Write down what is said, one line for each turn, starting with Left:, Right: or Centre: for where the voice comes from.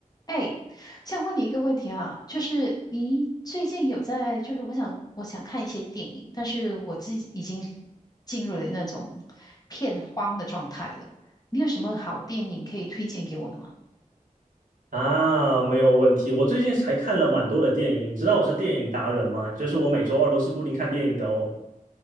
Left: 哎，想问你一个问题啊，就是你最近有在，就是我想我想看一些电影，但是我自己已经进入了那种片荒的状态了。你有什么好电影可以推荐给我的吗？
Right: 啊，没有问题。我最近还看了蛮多的电影，你知道我是电影达人吗？就是我每周二都是固定看电影的哦。